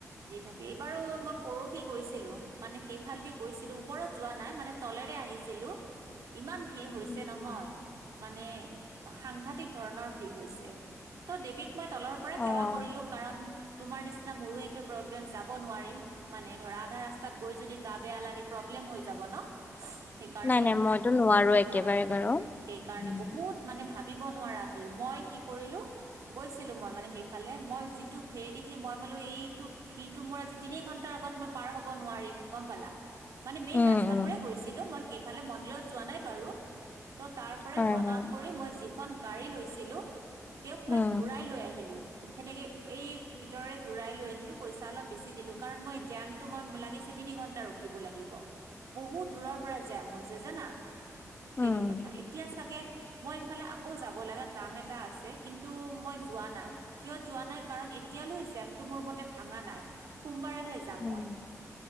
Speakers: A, on the right; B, on the left.
A: দি থাকে এইবাৰো মই পৰহি গৈছিলো মানে সেইফালদি গৈছিলো। ওপৰত যোৱা নাই মানে তলেৰে আহি ছিলো ইমান ভিৰ হৈছে
B: উম,
A: নহয়।
B: উম।
A: মানে সাংঘাতিক ধৰণৰ ভিৰ হৈছে ত' দেৱীক মই তলৰ পৰাই সেৱা
B: অ'।
A: কৰিলো কাৰণ তোমাৰ নিচিনা মোৰো এক প্ৰব্লেম যাব নোৱাৰিম মানে ধৰা আধা ৰাস্তাত গৈ যদি গা বেয়া লাগে প্ৰব্লেম হৈ যাব ন? সেইকাৰণে
B: নাই নাই মইতো নোৱাৰো একেবাৰে
A: হা
B: বাৰু।
A: সেইকাৰণে
B: উম
A: বহুত মানে ভাত দিব নোৱাৰা ভিৰ মই কি কৰিলো গৈছিলো মই মানে সেইফালে। মই যিটো ফেৰ দেখি মই বোলো এই ভিৰটো মোৰ আজি তিনি ঘন্টাৰ আগত মই পাৰ হব নোৱাৰিম গম পালা। মানে মেইন
B: উম
A: ৰাস্তাটোৰে গৈছিলো। মই সেইফালে মন্দিৰত যোৱা নাই বাৰু। তো তাৰ পৰাই
B: হয়
A: প্ৰণাম
B: হয়।
A: কৰি মই যিখন গাড়ী লৈছিলোঁ তেওঁক মই
B: উম
A: ঘূৰাই লৈ আহিলোঁ। সেনেকে এই ভিতৰৰে ঘুৰাই লৈ আহিলো। পইচা অলপ বেছি দিলো কাৰ ম জটো লাগ তিনি ঘন্টা ৰখিব লাগিব। বহুত দূৰৰ পৰা জেম হৈছে জানা সেইটো
B: উম।
A: কথা এতিয়া চাগে মই এইফালে আকৌ যাব লগা কাম এটা আছে কিন্তু মই যোৱা নাই কিয় যোৱা নাই কাৰণ। এতিয়ালৈ জেমটো মোৰ মতে ভাঙা নাই। সোমবাৰেহে যাম
B: উম।
A: মই